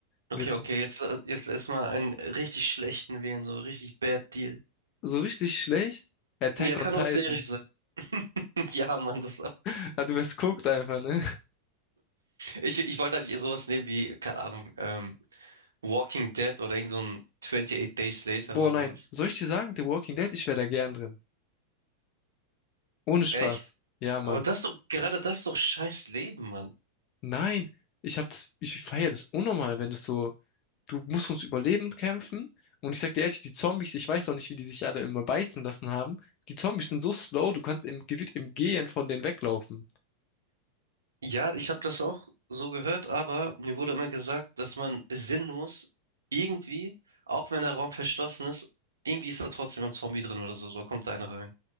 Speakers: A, on the right; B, on the left.
A: Okay,
B: Wirklich.
A: okay, jetzt, äh, jetzt erstmal einen richtig schlechten wählen, so richtig Bad Deal.
B: So richtig schlecht? Attack
A: Ja, kann
B: on Titan.
A: auch Serie sein. <laughs> Ja, Mann, das,
B: <laughs> Ah, du wärst guckt einfach, ne?
A: ich, ich wollte eigentlich sowas nehmen wie, keine Ahnung, ähm, Walking Dead oder irgend so ein 28 Days Later
B: Boah,
A: oder sowas.
B: nein. Soll ich dir sagen, The Walking Dead, ich wäre da gern drin. Ohne Spaß.
A: Echt?
B: Ja, Mann.
A: Aber das ist doch, gerade das ist doch scheiß Leben, Mann.
B: Nein. Ich hab das, ich feiere das unnormal, wenn das so. du musst ums Überleben kämpfen. Und ich sag dir ehrlich, die Zombies, ich weiß auch nicht, wie die sich alle immer beißen lassen haben. Die Zombies sind so slow, du kannst im, gefühlt im Gehen von denen weglaufen.
A: Ja, ich habe das auch so gehört, aber mir wurde immer gesagt, dass man sinnlos irgendwie, auch wenn der Raum verschlossen ist, irgendwie ist da trotzdem ein Zombie drin oder so, so kommt da einer rein.